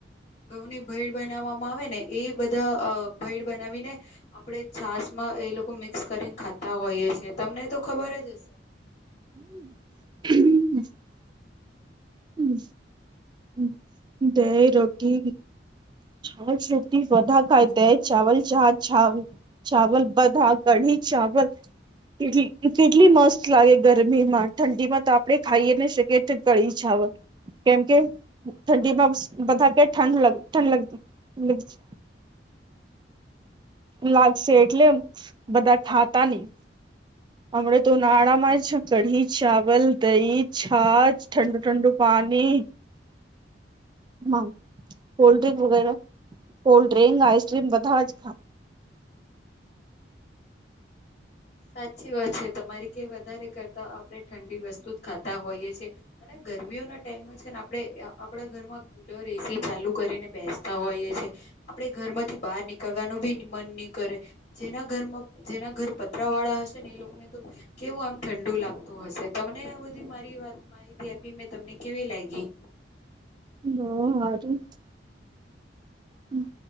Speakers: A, on the left; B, on the right.
A: ઘઉંની ભઈડ બનાવવામાં આવે ને. એ બધા અ ભૈડ બનાવી ને આપણે છાસમાં એ લોકો મિક્સ કરીને ખાતા હોઈએ છેએ તમને તો ખબર જ હશે.
B: <unintelligible> હમ્મ દહીં, રોટલી છાસ રોટી વધા ખાઈધે ચાવલ ચા છાસ ચાવલ બધા કઢી ચાવલ કેટલી કેટલી મસ્ત લાગે ગરમીમાં ઠંડીમાં તો આપડે ખાઈએ ન શકીએ. કઢી ચાવલ કેમકે ઠંડીમાં બધા કે ઠંડ લ ઠંડ લગ લગ છે. લાગશે એટલે બધા ખાતા નહી. હમણા તો ઉનાળામાં જ કઢી, ચાવલ, દહી, છાસ ઠંડુ-ઠંડુ પાણી. હમ્મ કોલ્ડ ડ્રિંક વગેરે કોલ્ડ્રિંક, આઈસ્ક્રીમ બધા જ ખા
A: સાચી વાત છે તમારી કે વધારે કરતા આપણે ઠંડી વસ્તુ જ ખાતા હોઈએ છે. અને ગરમીઓના ટાઈમમાં છે ને આપણે અ આપણા ઘરમાં કુલર એસી ચાલુ કરીને બેસ તા હોઈએ છે. આપણે ઘરમાંથી બહાર નીકળવાનું બી મન નહી કરે જેના ઘરમાં જેના ઘર પ કચરા વાળા હશે ને એ લોકોને તો કેવું આમ ઠંડુ લાગતું હશે તમને આ બધી મારી વાત મા માહિતી આપી મેં તમને કેવી લાઈગી.
B: બ વાાર <unintelligible> હમ્મ